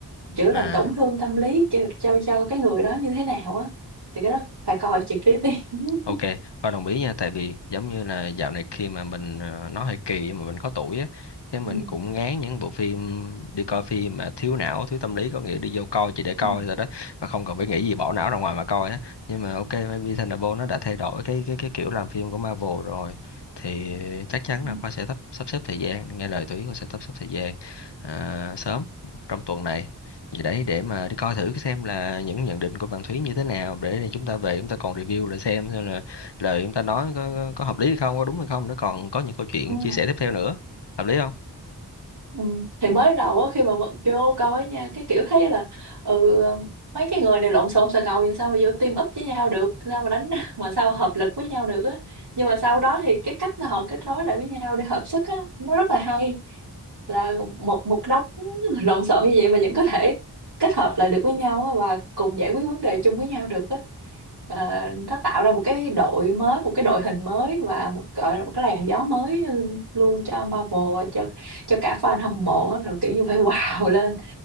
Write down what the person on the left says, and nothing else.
à
Ok,
Khoa đồng ý nha, tại vì giống như là dạo này khi mà mình ờ, nó hơi kỳ nhưng mà mình có tuổi á, cái mình
cũng ngán những bộ phim đi coi phim mà thiếu não, thiếu tâm lý có nghĩa đi vô coi chỉ để coi
rồi đó mà không cần phải nghĩ gì bỏ não ra ngoài mà coi á. Nhưng mà ok, maybe Thunderbolt nó đã thay đổi cái cái cái kiểu làm phim của Marvel rồi thì chắc chắn
là Khoa sẽ sắp sắp xếp thời gian, nghe lời tụi ý Khoa sẽ sắp xếp thời gian à, sớm trong tuần này Vậy đấy để mà đi coi thử xem là những nhận định của bạn Thúy như thế nào để rồi chúng ta về chúng ta còn review lại xem xem là lời chúng ta nói có, có, có hợp lý hay không có đúng hay không nó còn có những câu chuyện
chia sẻ tiếp theo nữa hợp lý không